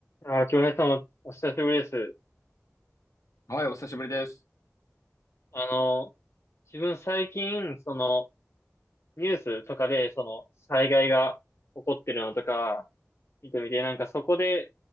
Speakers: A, on the left (about 55°); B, on the left (about 85°).
A: ああ京平さんお、お久しぶりです。
B: はい、お久しぶりです。
A: あの、自分最近、その、ニュースとかで、その、災害が起こってるのとか、見てみて、なんかそこで、